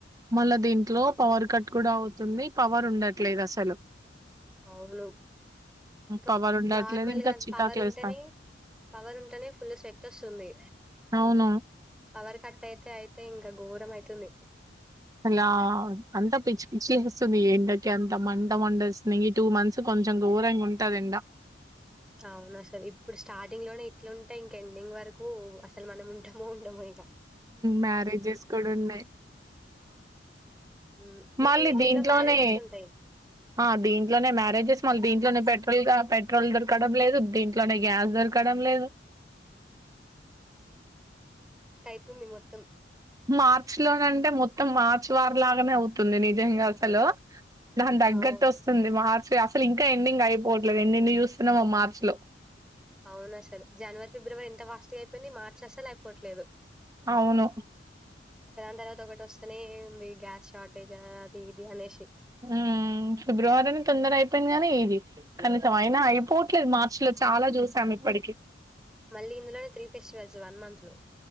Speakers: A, on the right (about 20°); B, in the centre.
A: మళ్ళా దీంట్లో పవర్ కట్ కూడా అవుతుంది. పవర్ ఉండట్లేదు అసలు
B: అవును ఇంకా
A: పవరుండట్లేదు.
B: నార్మల్
A: ఇంకా
B: గా
A: చికాకులేస్తా
B: పవర్ ఉంటేనే పవర్ ఉంటేనే ఫుల్ సెట్ వస్తుంది.
A: అవును.
B: పవర్ కట్ అయితే అయితే ఇంకా ఘోరం అయితే అయితుంది.
A: అలా అంత పిచ్చి పిచ్చి చూస్తుంది. ఎండకి అంత మంట మండేస్తుంది. ఈ టూ మంత్స్ కొంచెం ఘోరంగా ఉంటది. ఎండ
B: అవును అసలు ఇప్పుడు స్టార్టింగ్ లోనే ఇట్లా ఉంటే ఇంక ఎండింగ్ వరకు అసలు మనం ఉంటామో ఉండమో ఇగా
A: మ్యారేజెస్ కూడా ఉన్నాయి.
B: హ్మ్.
A: మళ్ళీ
B: ఇంకా ఈ టైంలో
A: దీంట్లోనే
B: మ్యారేజెస్ ఉంటాయి.
A: ఆ దీంట్లోనే మ్యారేజెస్ మళ్ళీ దీంట్లోనే పెట్ టోటల్గా పెట్రోల్ దొరకడం లేదు. దీంట్లోనే గ్యాస్ దొరకడం లేదు
B: అవుతుంది. మొత్తం
A: మార్చి లోనంటే మొత్తం మార్చ్ వార్ లాగానే అవుతుంది. నిజంగా అసలు దాని
B: హ్మ్.
A: దగ్గట్
B: అవును.
A: వస్తుంది. మార్చ్ అసలు ఇంకా ఎండింగ్ అయిపోవట్లేదు. ఎనెన్ని చూస్తున్నామా మార్చ్ లో
B: అవునాసలు జనవరి, ఫిబ్రవరి ఇంత ఫాస్ట్ గా అయిపోయింది. ఈ మార్చ్ అసలు అయిపోవట్లేదు.
A: అవును
B: ఒకదాని తర్వాత ఒకటి వస్తనే ఉంది గ్యాస్ షార్ట్ ఏజ్ అది ఇది అనేసి
A: ఉ ఫిబ్రవరిని తొందర అయిపోయింది గానీ ఇది కనీసం అయినా అయిపోవట్లేదు మార్చి లో చాలా చూసాము ఇప్పటికి
B: మళ్ళీ ఇందులోనే త్రీ ఫెస్టివల్స్ వన్ మంత్ లో